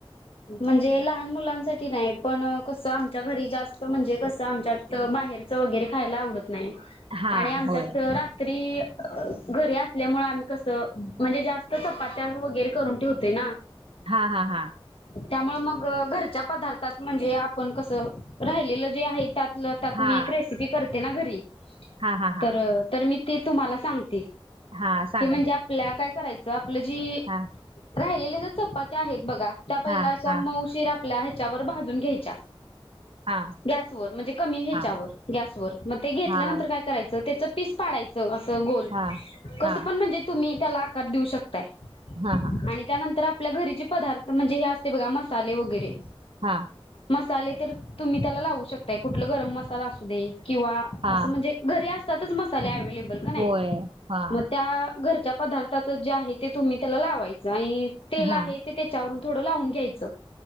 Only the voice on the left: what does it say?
म्हणजे लहान मुलांसाठी नाही पण कसं आमच्या घरी जास्त म्हणजे कसं आमच्या त बाहेरच वगैरे खायला आवडत नाही
आणि आमच्यात
रात्री घरी असल्यामुळे आम्ही कसं म्हणजे जास्त चपात्या वगैरे करून ठेवतेय ना.
त्यामुळे मग घरच्या पदार्थात म्हणजे आपण कसं राहिलेलं जे आहे त्या त्यातलं
मी एक रेसिपी करते ना घरी
तर तर मी ते तुम्हाला सांगते
की म्हणजे आपल्या काय करायचं आपलं जे
राहिलेल्या जे चपात्या आहेत बघा त्या पहिल्या
अशा
मौशीरा पल्या ह्याच्यावर भाजून घ्यायच्या.
गॅसवर म्हणजे कमी ह्याच्यावर
गॅसवर मग ते घेतल्यानंतर
काय करायचं तेचा पीस पाडायचं असं गोल
कसं
पण म्हणजे तुम्ही त्याला आकार देऊ शकताय.
आणि त्यानंतर आपल्या घरीचे पदार्थ म्हणजे हे असते बघा मसाले वगैरे
मसाले तर तुम्ही त्याला लावू शकताय कुठलं गरम मसाला असू दे किंवा
असं म्हणजे घरी असतातच मसाल्या अवेलेबल का नाही
मग त्या घरच्या पदार्थातच जे आहे ते तुम्ही त्याला लावायचं आणि तेल
आहे ते त्या च्यावरून थोडं लावून घ्यायचं